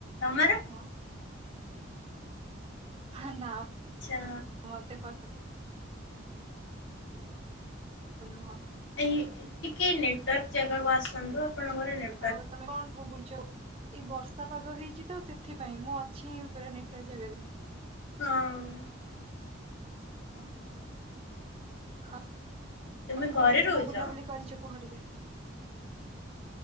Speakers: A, on the left; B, on the right.
A: ତମର।
B: ହଁ ହେ ନା
A: ଆଚ୍ଛା।
B: ମତେ ପସ ନ୍ଦ ନୁହଁ।
A: ଏହି ଟିକେ ନେଟୱାର୍କ ଜାଗାକୁ ଆସନ୍ତୁ ଆପଣଙ୍କର ନେଟ
B: ହଉ ତମେ କଣ <inaudible> ଏଇ ବର୍ଷା ପାଗ ହେଇଛି ତ ସେଥିପାଇଁ ମୁଁ ଅଛି ହିଁ ପୁରା ନେଟୱର୍କ ଜାଗାରେ ହିଁ।
A: <unintelligible>
B: ଆଉ
A: ତମେ ଘରେ
B: କୁଆଡେ ସବୁ
A: ରହୁଛ?
B: ବୁଲାବୁଲି କରିଛ କୁହ ଟିକେ।